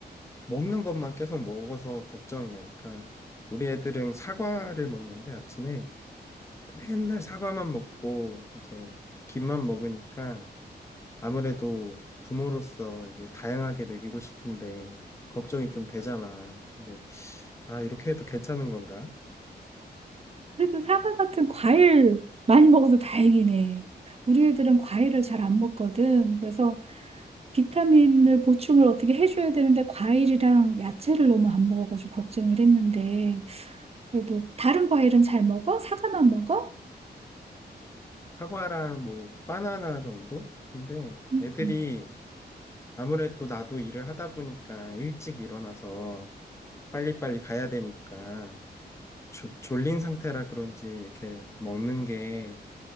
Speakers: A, on the left (about 15°); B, on the right (about 35°).
A: 먹는 것만 계속 먹어서 걱정이야. 그러니까 우리 애들은 사과를 먹는데 아침에 맨날 사과만 먹고 이제 김만 먹으니까 아무래도 부모로서 이게 다양하게 먹이고 싶은데 걱정이 좀 되잖아. 근데 아 이렇게 해도 괜찮은 건가?
B: 그래도 사과 같은 과일 많이 먹어서 다행이네. 우리 애들은 과일을 잘 안 먹거든. 그래서 비타민을 보충을 어떻게 해줘야 되는데, 과일이랑 야채를 너무 안 먹어가지고 걱정을 했는데, 그래도 다른 과일은 잘 먹어? 사과만 먹어?
A: 사과랑 뭐 바나나 정도? 근데
B: 음,
A: 애들이
B: 음.
A: 아무래도 나도 일을 하다 보니까 일찍 일어나서 빨리빨리 가야 되니까 조- 졸린 상태라 그런지 이렇게 먹는 게